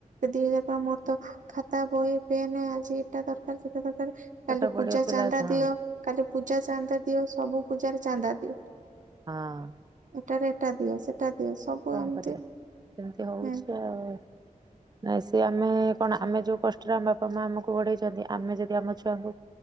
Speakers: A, on the right; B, on the right.
A: ଦି ହଜାର ଟଙ୍କା ମୋର ତ ଖାତା, ବହି, ପେନ୍ ଆଜି ଏଟା ଦରକାର ସେଟା ଦରକାର
B: ପାଠ
A: କାଲି
B: ପଢିବା
A: ପୂଜା
B: ପିଲା
A: ଚାନ୍ଦା
B: ହଁ
A: ଦିଅ। କାଲି ପୂଜା ଚାନ୍ଦା ଦିଅ। ସବୁ ପୂଜାରେ ଚାନ୍ଦା ଦିଅ।
B: ହଁ।
A: ଏଟାରେ ଏଟା ଦିଅ ସେଟା ଦିଅ ସବୁ
B: କଣ
A: ଏମିତି
B: କରିବା ସେମିତି ହଉଛି
A: ହଁ।
B: ଆଉ। ନାଇଁ ସେ ଆମେ କଣ ଆମେ ଯୋଉ କଷ୍ଟରେ ଆମ ବାପା ମା ଆମକୁ ବଢେଇଛନ୍ତି। ଆମେ ଯଦି ଆମ ଛୁଆଙ୍କୁ